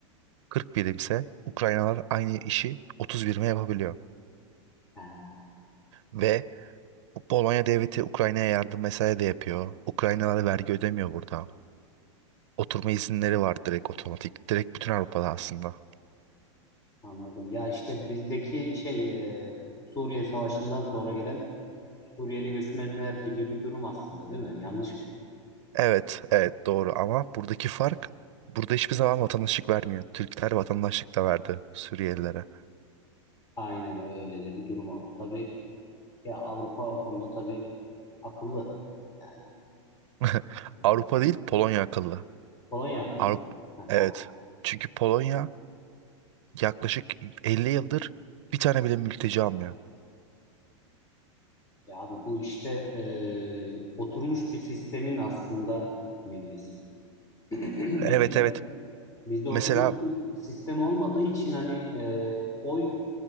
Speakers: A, on the right; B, on the left.
A: 40 birimse Ukraynalar aynı işi 30 birime yapabiliyor.
B: Ha,
A: Ve Polonya devleti Ukrayna'ya yardım vesaire de yapıyor. Ukraynalara vergi ödemiyor burada. Oturma izinleri var direkt otomatik. Direkt bütün Avrupa'da aslında.
B: anladım. Ya işte bizdeki şey e, Suriye Savaşı'ndan sonra gelen Suriyeli göçmenler gibi bir durum aslında değil mi? Yanlış mı?
A: Evet, evet doğru ama buradaki fark burada hiçbir zaman vatandaşlık vermiyor. Türkler vatandaşlık da verdi Suriyelilere.
B: Aynen öyle de bir durum oldu. Tabii ya Avrupa o konuda tabii akıllı. Yani
A: <laughs>
B: e,
A: Avrupa değil Polonya akıllı.
B: Polonya akıllı.
A: Avrupa
B: <laughs>
A: evet. Çünkü Polonya yaklaşık 50 yıldır bir tane bile mülteci almıyor.
B: Ya abi bu işte e, oturmuş bir sistemin aslında meyvesi. <clears throat> Bizde,
A: Evet evet.
B: bizde
A: Mesela
B: oturmuş bir sistem olmadığı için hani e, oy